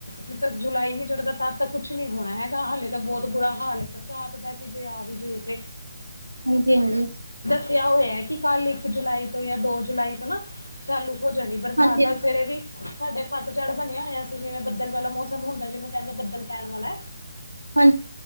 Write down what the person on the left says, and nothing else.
ਜਦ ਤੱਕ ਜੁਲਾਈ ਨਹੀਂ ਚੜ੍ਹਦਾ, ਤਦ ਤੱਕ ਕੁਝ ਨਹੀਂ ਹੋਣਾ ਹੈਗਾ ਹਾਲੇ ਤਾ ਬਹੁਤ ਬੁਰਾ ਹਾਲ ਹੈ, ਬਰਸਾਤ ਦਾ ਕਿ ਜੇ ਆ ਵੀ। ਜਿਥ
ਕਿਹਾ ਹੋਇਆ ਕਿ ਕੱਲ੍ਹ, ਇੱਕ ਜੁਲਾਈ ਤੋਂ ਜਾਂ ਦੋ ਜੁਲਾਈ ਤੋਂ, ਚਾਲੂ । ਹੋ ਜਾਂਦੀ ਬਰਸਾਤ,
ਤਾਂ ਸਵੇਰੇ ਵੀ ਸਾਡੇ ਪਤਝੜ ਬਣਿਆ ਹੋਇਆ ਸੀ, ਜਿਵੇਂ ਬੱਦਲ । ਬੱਦਲ ਵਾਲਾ ਮੌਸਮ ਹੁੰਦਾ, ਜਿਹਨੂੰ ਕਹਿੰਦੇ ਹਨ, ਬੱਦਲ ਪੈਣ ਵਾਲਾ।